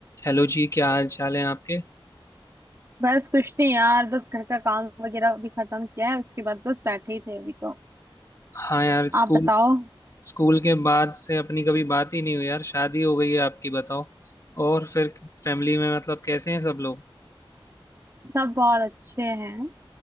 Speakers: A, on the left; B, on the right.
A: Hello जी क्या हाल चाल है आपके
B: बस कुछ नहीं यार बस घर का काम वगैरह भी खत्म किया है उसके बाद बस बैठे ही थे अभी तो
A: हाँ यार स्कूल
B: आप बताओ
A: स्कूल के बाद से अपनी कभी बात ही नहीं हुई यार शादी हो गई है आपकी बताओ और फिर फैमिली में मतलब कैसे हैं सब लोग
B: सब बहुत अच्छे हैं